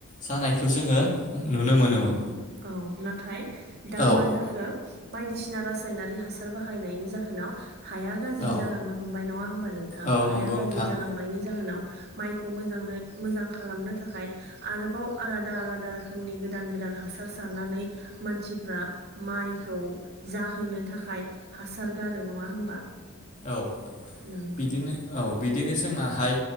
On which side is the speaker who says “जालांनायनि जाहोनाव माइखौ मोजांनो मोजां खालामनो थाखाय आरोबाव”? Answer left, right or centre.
Right